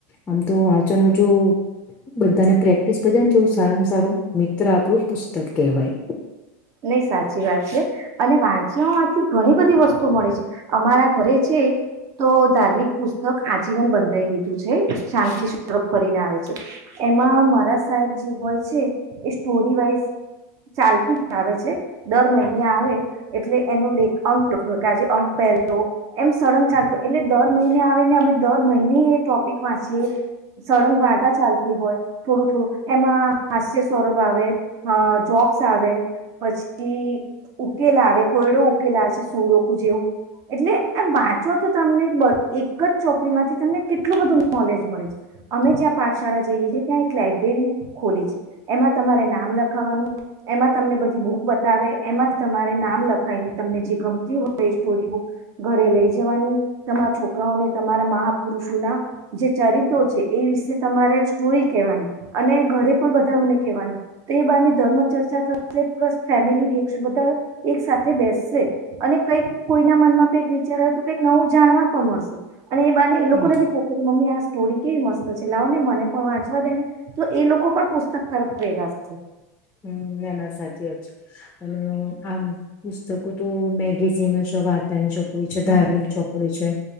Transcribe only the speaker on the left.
આમ તો વાંચવાનું જો બધાને પ્રેક્ટિસ બે ને તો સારામાં સારો મિત્ર આપણું પુસ્તક કહેવાય.
હમ
હમ ના ના સાચી અને આમ પુસ્તકો તો મેગેઝિન છે વાર્તાની છે
ધાર્મિક ચોપડી છે.